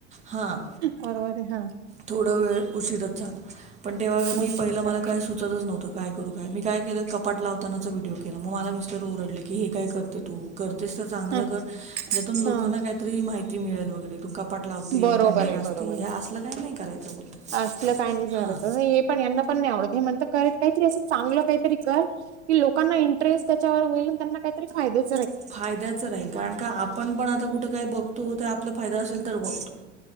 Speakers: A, on the right (about 20°); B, on the right (about 70°).
A: हा.
B: बरोबर आहे हा
A: थोडं वेळ उशीरच झालं पण तेव्हा मी
B: मुश्किल
A: पहिलं मला काय सुच. च नव्हत काय करूय मी काय केलं कपाट लावतानाच व्हिडियो <unintelligible> मग म मिस्टर ओरडले की हे काय करते तू करतेस तर चांगलं
B: हा
A: कर ज्यातून लोक.
B: हा
A: काहीतरी माहिती मिळेल वगैरे तु काय. <unintelligible> पट लावते
B: बरोबर
A: भांडी
B: आहे
A: घासते
B: बरोबर
A: हे
B: आहे.
A: असलं काय नाही करायचं बोलते
B: असलं काही नाही करायचं
A: हा.
B: हे पण यांना पण नाही आवडत हे म्हणत करत काहीतरी असं चांगलं काहीतरी कर. कि लोकांना इंटरेस्ट त्याच्यावर व्हील त्यांना काहीतरी फायदे हो.
A: फायद्याच राहील कारण का आपण पण आता कुठं काय बघो तो तू आपला फायदा असेल तर बघतो